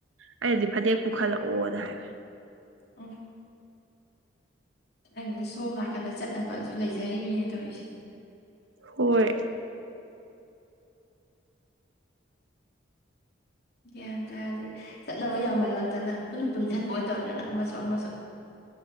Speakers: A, on the right; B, on the left.
A: ꯍꯥꯏ ꯑꯩꯗꯤ ꯐꯅꯦꯛ ꯄꯨꯈꯠꯂꯛꯑꯣꯗ ꯍꯥꯏꯕ
B: ꯑꯣ ꯑꯗꯨ ꯁꯣꯝ ꯅꯥꯀꯟꯗ ꯆꯠꯅꯕꯁꯨ ꯂꯩꯖꯔꯤꯃꯤꯅꯦ ꯇꯧꯔꯤꯁꯦ
A: ꯍꯣꯏ
B: ꯒ꯭ꯌꯥꯟ ꯇꯥꯔꯗꯤ ꯆꯠꯅꯕ ꯌꯥꯝꯃꯜꯂꯛꯇꯅ ꯄꯨꯟꯅ ꯄꯨꯟꯁꯤꯟꯕ ꯑꯣꯏꯅ ꯇꯧꯗꯅ ꯑꯃꯁꯨ ꯑꯃꯁꯨ